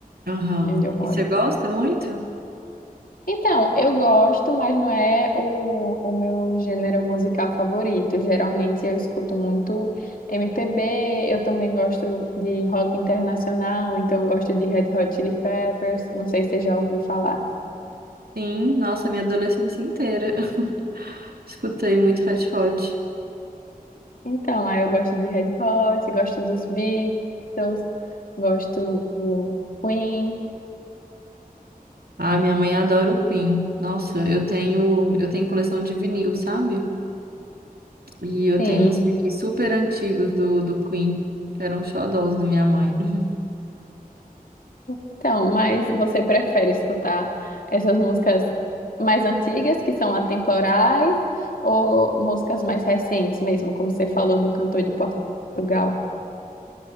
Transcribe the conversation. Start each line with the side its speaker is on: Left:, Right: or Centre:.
Right: Aham.
Left: de onde eu moro.
Right: E você gosta muito?
Left: Então, eu gosto, mas não é o, o meu gênero musical favorito. Geralmente eu escuto muito MPB, eu também gosto de rock internacional, então eu gosto de Red Hot Chili Peppers, não sei se você já ouviu falar.
Right: Sim, nossa, minha adolescência inteira. <laughs> Escutei muito Red Hot.
Left: Então, aí eu gosto de Red Hot, gosto dos Beatles, gosto do Queen,
Right: Ah, minha mãe adora o Queen. Nossa, eu tenho, eu tenho coleção de vinil, sabe? E eu
Left: sim.
Right: tenho uns vinis super antigos do, do Queen, que eram xodós da minha mãe. <laughs>
Left: Então, mas você prefere escutar essas músicas mais antigas, que são atemporais, ou músicas mais recentes mesmo, como você falou do cantor de Portugal?